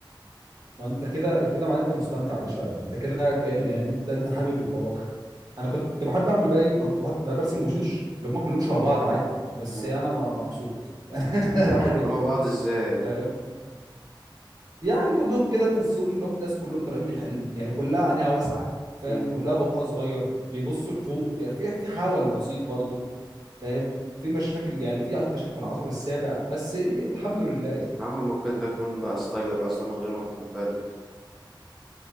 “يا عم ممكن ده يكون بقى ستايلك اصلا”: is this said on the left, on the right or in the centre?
Centre